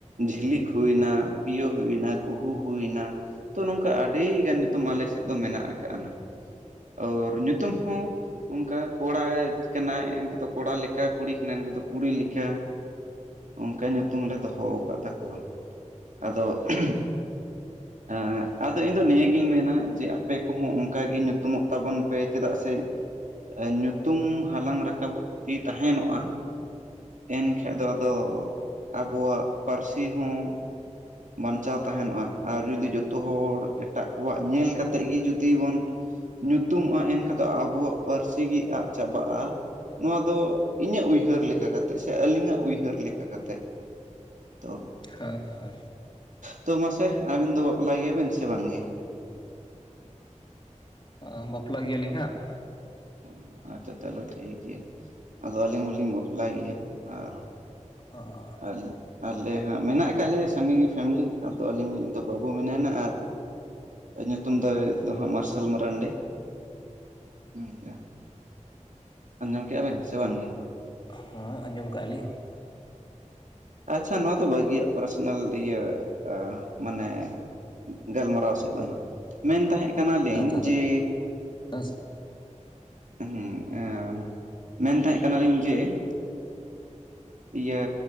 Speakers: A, on the right; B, on the left.
A: ᱡᱷᱤᱞᱤᱠ ᱦᱩᱭᱱᱟ ᱯᱤᱭᱳ ᱦᱩᱭᱱᱟ ᱠᱩᱦᱩ ᱦᱩᱭᱱᱟ ᱾ ᱛᱚ ᱱᱚᱝᱠᱟ ᱟᱹᱰᱤ ᱜᱟᱱ ᱧᱩᱛᱩᱢ ᱟᱞᱮ ᱥᱮᱫ ᱫᱚ ᱢᱮᱱᱟᱜ ᱟᱠᱟᱟᱱᱟ ᱾ ᱟᱨ ᱧᱩᱛᱩᱢ ᱦᱚᱸ ᱚᱱᱠᱟ ᱠᱚᱲᱟ ᱠᱟᱱᱟᱭ ᱮᱱᱠᱷᱟᱱ ᱫᱚ ᱾ ᱠᱚᱲᱟ ᱞᱮᱠᱟ ᱠᱩᱲᱤ ᱠᱟᱱᱟᱭ ᱫᱚ ᱠᱩᱲᱤ ᱞᱮᱠᱟ ᱾ ᱚᱱᱠᱟ ᱧᱩᱛᱩᱢ ᱞᱮ ᱫᱚᱦᱚ ᱟᱠᱟᱜ ᱛᱟᱠᱚᱣᱟ ᱟᱫᱚ ᱾ ᱟᱫᱚ ᱤᱧ ᱫᱚ ᱱᱤᱭᱟᱹᱜᱤᱧ ᱢᱮᱱᱟ ᱡᱮ ᱟᱯᱮ ᱠᱚᱦᱚᱸ ᱚᱱᱠᱟᱜᱮ ᱧᱩᱛᱩᱢᱚᱜ ᱛᱟᱵᱚᱱ ᱯᱮ ᱪᱮᱫᱟᱜ ᱥᱮ ᱾ ᱧᱩᱛᱩᱢ ᱦᱟᱞᱟᱝ ᱨᱟᱠᱟᱵᱚᱜ ᱛᱮ ᱛᱟᱦᱮᱱᱚᱜᱼᱟ ᱾ ᱮᱱᱠᱷᱟᱡ ᱫᱚ ᱟᱫᱚ ᱟᱵᱚᱣᱟᱜ ᱯᱟᱹᱨᱥᱤ ᱦᱚᱸ ᱾ ᱵᱟᱧᱪᱟᱣ ᱛᱟᱦᱮᱱᱚᱜᱼᱟ ᱟᱨ ᱡᱩᱫᱤ ᱡᱚᱛᱚ ᱦᱚᱲ ᱮᱴᱟᱜ ᱠᱚᱣᱟᱜ ᱧᱮᱞ ᱠᱟᱛᱮᱫ ᱜᱮ ᱡᱩᱫᱤ ᱵᱚᱱ ᱾ ᱧᱩᱛᱩᱢᱚᱜᱼᱟ ᱮᱱᱠᱷᱟ ᱫᱚ ᱟᱵᱚᱣᱟᱜ ᱯᱟᱹᱨᱥᱤ ᱜᱮ ᱟᱫ ᱪᱟᱵᱟᱜᱼᱟ᱾ ᱱᱚᱣᱟ ᱫᱚ ᱤᱧᱟᱹᱜ ᱩᱭᱦᱟᱹᱨ ᱞᱮᱠᱟ ᱠᱟᱛᱮᱜ ᱥᱮ ᱟᱹᱞᱤᱧᱟᱜ ᱩᱭᱦᱟᱹᱨ ᱞᱮᱠᱟ ᱠᱟᱛᱮᱜ। ᱛᱚ
B: ᱦᱟ ᱦᱟ
A: ᱛᱚ ᱢᱟᱥᱮ ᱟᱹᱵᱤᱱ ᱫᱚ ᱵᱟᱯᱞᱟ ᱜᱮᱭᱟᱵᱤᱱ ᱥᱮ ᱵᱟᱝᱜᱮ?
B: ᱟᱻ ᱵᱟᱯᱞᱟ ᱜᱮᱭᱟᱞᱤᱧ ᱦᱟᱸᱜ।
A: ᱚ ᱟᱪᱪᱷᱟ ᱪᱟ. ᱞᱚ ᱴᱷᱤᱠ ᱜᱮᱭᱟ ᱟᱫᱚ ᱟᱹᱞᱤᱧ ᱦᱚᱞᱤᱧ ᱵᱟᱯᱞ ᱜᱮᱭᱟ ᱟᱨ
B: <unintelligible>
A: ᱟᱞ ᱟᱞᱮ ᱦᱟᱸᱜ ᱢᱮᱱᱟᱜ ᱟᱠᱟᱜ ᱞᱮᱭᱟ ᱥᱟᱸᱜᱮ ᱯᱷᱮᱢᱞᱤ ᱟᱫᱚ ᱟᱹᱞᱤᱧᱤᱡ ᱫᱚ ᱵᱟᱹᱵᱩ ᱢᱮᱱᱟᱭᱱᱟ ᱟᱨ ᱟᱨ ᱧᱩᱛᱩᱢ ᱫᱚ ᱫᱚ ᱦᱟᱸᱜ ᱢᱟᱨᱥᱟᱞ ᱢᱟᱨᱟᱱᱰᱤ। <unintelligible> ᱟᱡᱟᱢ ᱠᱮᱜ-ᱟ ᱵᱮᱱ ᱥᱮ ᱵᱟᱝᱜ ᱜᱮ ᱾
B: ᱦᱚᱸ ᱟᱸᱡᱚᱢ ᱠᱟᱜᱼᱟ ᱞᱤᱧ ᱾
A: ᱟᱪᱪᱷᱟ ᱱᱚᱣᱟ ᱫᱚ ᱵᱷᱟᱹᱜᱤᱭᱟᱜ ᱯᱟᱨᱥᱚᱱᱟᱞ ᱤᱭᱟᱹ ᱢᱟᱱᱮ ᱾ ᱜᱟᱞᱢᱟᱨᱟᱣ ᱥᱮᱫ ᱫᱚ ᱦᱟᱸᱜ ᱢᱮᱱ ᱛᱟᱦᱮᱸᱜ ᱠᱟᱱᱟᱞᱤᱧ
B: ᱠᱟᱛᱷᱟ
A: ᱡᱮ
B: ᱫᱚ ᱦᱮᱸ
A: <unintelligible> ᱢᱮᱱ ᱛᱟᱦᱮᱸ ᱠᱟᱱᱟᱞᱤᱧ ᱡᱮ ᱾ ᱤᱭᱟᱹ